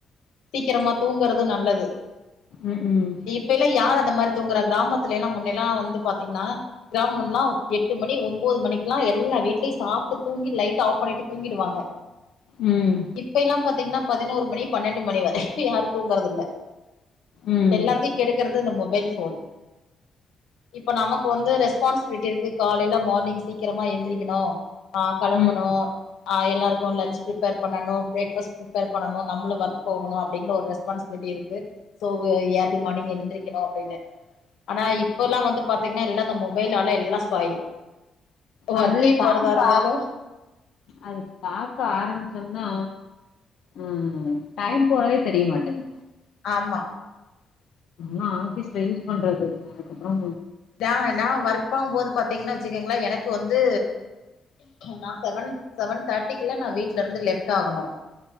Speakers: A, on the left; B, on the left.
A: சீக்கிரமா தூங்குறது நல்லது
B: ம் ம்
A: இப்பெய்ல்ல யார் அந்த மாரி தூங்கற கிராமத்துல எல்லா முன்ன எல்லா வந்து பாத்தீங்ன்னா கிராமும்ல்லா எட் எட்டு மணி ஒம்போது மணிக்லா எல்லா வீ்ட்லயும் சாப்ட்டு தூங்கி லைட் ஆஃப் பண்ணிட்டு தூங்கிடுவாங்க
B: ம்
A: இப்பெய்ல்லா பாத்தீங்ன்னா பதினோரு மணி பன்னெண்டு மணி வரை யாரும் தூங்கறது இல்ல
B: ம்
A: எல்லாத்தையு கெடுக்கறது இந்த மொபைல் ஃபோன் இப்ப நமக்கு வந்து ரெஸ்பான்சிபிலிட்டி இருக்கு காலையில மார்னிங் சீக்கிரமா எந்திரிக்கணு ஆ கெளம்புனோ
B: ம்
A: ஆ எல்லாருக்கும் லன்ச் ப்ரீப்பேர் பண்ணனும் பிரேக்ஃபஸ்ட் ப்ரீப்பேர் பண்ணனும் நம்ப்ளு ஒர்க் போகணு அப்டின் ஒரு ரெஸ்பான்ஸ்பிலிட்டி இருக்கு சோ ஏர்லி மார்னிங் எழுந்திரிக்கணு அப்டின்னு ஆனா இப்ப எல்லா வந்து பாத்தீங்ன்னா எல்லா நம்மோ இந்த மொபைல் ஆல எல்லா ஸ்பாயில் ஒர்க்கே
B: அது பாவ்க்கா
A: போறதா இருந்தாலு
B: அது பாக்க ஆரம்ச்சோம்னா ம் டைம் போறதே தெரிய மாட்டேங்
A: ஆமா
B: லா ஆபீஸ்ல யூஸ் பண்றது அதுக்கப்பறோ
A: தா நா ஒர்க் ப போது பாத்தீங்ன்னா வச்சுக்கங்ளே எனக்கு வந்து நா செவன் செவன் தேர்ட்டிக்குலா நா வீட் ல இருந்து லெஃப்ட் ஆகணு